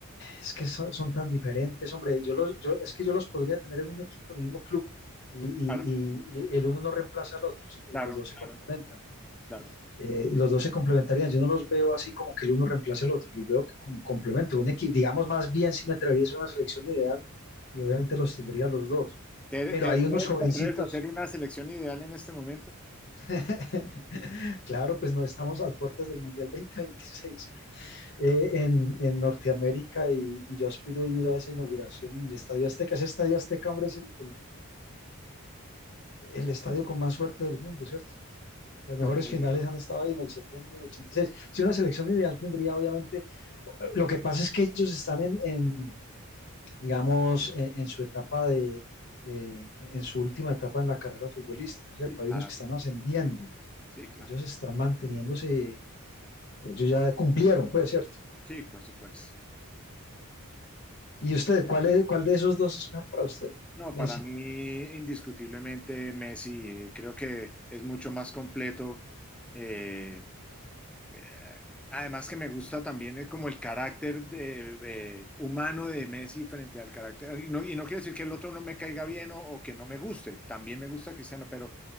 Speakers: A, on the left; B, in the centre.
A: es que son, son tan diferentes, hombre, yo los, yo, es que yo los podría tener en un equipo, en el mismo club, y, y-
B: Claro,
A: y- y el uno no reemplaza al otro, se-
B: claro,
A: los dos se
B: claro,
A: complementan.
B: claro.
A: Eh, los dos se complementarían. Yo no los veo así como que el uno reemplace al otro. Los veo que como complemento. Un equipo, digamos más bien, si me atrevería a hacer una selección ideal, y obviamente los tendría los dos.
B: ¿Te,
A: Pero
B: te
A: hay
B: atreves,
A: unos jovencitos.
B: te atreves a hacer una selección ideal en este momento?
A: <laughs> Claro, pues no estamos a las puertas del Mundial 2026 eh, en, en Norteamérica y, y yo aspiro a ir a esa inauguración en el Estadio Azteca. Ese Estadio Azteca, hombre, es el, el- el estadio con más suerte del mundo, ¿cierto? Las mejores
B: Porque
A: finales han estado ahí en el 70 y en el 86. Si una selección ideal tendría, obviamente, Lo que pasa es que ellos están en, en digamos, en, en, su etapa de, de, en su última etapa en la carrera futbolística, ¿cierto?
B: sí,
A: Hay
B: claro,
A: unos que están ascendiendo,
B: sí, claro,
A: ellos están manteniéndose, ellos ya cumplieron, pues, ¿cierto?
B: sí, por supuesto.
A: ¿Y usted, cuál, es, cuál de esos dos es mejor para usted,
B: No,
A: Messi?
B: para mí indiscutiblemente Messi eh, creo que es mucho más completo, eh, eh, además que me gusta también eh, como el carácter de, eh, humano de Messi frente al carácter, y no, y no quiere decir que el otro no me caiga bien o, o que no me guste, también me gusta Cristiano, pero